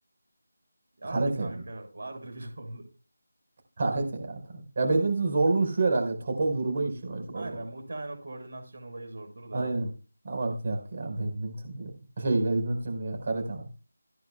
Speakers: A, on the right; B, on the right.
A: Yani
B: Karate
A: kanka
B: ya.
A: vardır bir <laughs> zorluğu.
B: Karate ya kanka. Ya badminton zorluğu şu herhalde. Topa vurma işi mi acaba
A: Aynen
B: zor?
A: ben muhtemelen o koordinasyon olayı zordur da
B: Aynen. Ama bir dakika ya badminton diyor. Şey badminton diyorum ya karate ama.